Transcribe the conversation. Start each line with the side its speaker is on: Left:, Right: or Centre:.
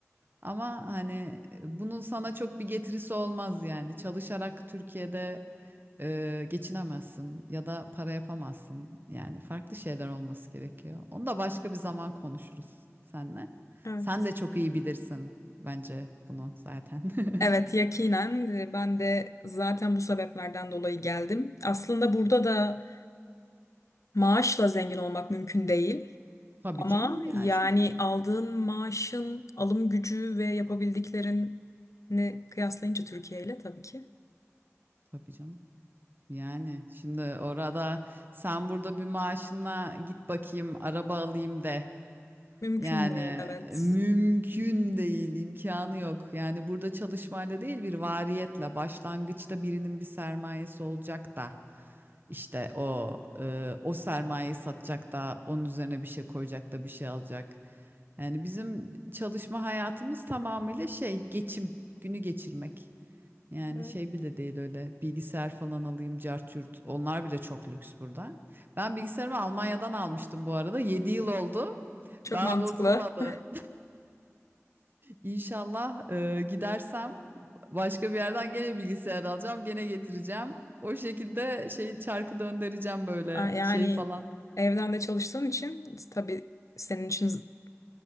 Right: Ama hani bunun sana çok bir getirisi olmaz yani. Çalışarak Türkiye'de e, geçinemezsin ya da para yapamazsın. Yani farklı şeyler olması gerekiyor. Onu da başka bir zaman konuşuruz seninle.
Left: Evet.
Right: Sen de çok iyi bilirsin bence bunu zaten. <laughs>
Left: Evet, yakinen e, ben de zaten bu sebeplerden dolayı geldim. Aslında burada da maaşla zengin olmak mümkün değil.
Right: Tabii
Left: Ama
Right: canım ya
Left: yani
Right: çok.
Left: aldığın maaşın alım gücü ve yapabildiklerini kıyaslayınca Türkiye ile tabii ki
Right: Tabii canım. Yani şimdi orada sen burada bir maaşına git bakayım araba alayım de.
Left: mümkün
Right: Yani
Left: değil. Evet.
Right: e, mümkün değil, imkanı yok. Yani burada çalışmayla değil bir variyetle başlangıçta birinin bir sermayesi olacak da işte o e, o sermayeyi satacak da onun üzerine bir şey koyacak da bir şey alacak. Yani bizim çalışma hayatımız tamamıyla şey geçim, günü geçirmek. Yani
Left: Evet.
Right: şey bile değil öyle bilgisayar falan alayım cart yurt. Onlar bile çok lüks burada. Ben bilgisayarımı Almanya'dan almıştım bu arada. yedi yıl oldu.
Left: Çok
Right: Daha
Left: mantıklı.
Right: bozulmadı.
Left: <laughs>
Right: İnşallah e, gidersem başka bir yerden gene bilgisayar alacağım. Gene getireceğim. O şekilde şey çarkı döndüreceğim böyle
Left: A- Yani
Right: şey falan.
Left: evden de çalıştığın için tabii senin için